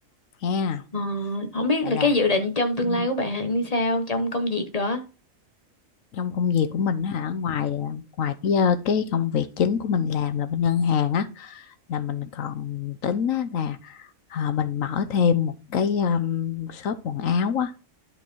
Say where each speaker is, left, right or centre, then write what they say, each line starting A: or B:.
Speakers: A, on the left (about 85°); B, on the left (about 30°).
A: ha
B: Ờ, không biết
A: vậy
B: là
A: là
B: cái dự định trong tương
A: ừ,
B: lai của bạn như sao trong công việc đó
A: trong công việc của mình á hả ngoài à, ngoài cái ờ, cái công việc chính của mình làm là bên ngân hàng á là mình còn tính á, là ờ, mình mở thêm một cái um, shop quần áo á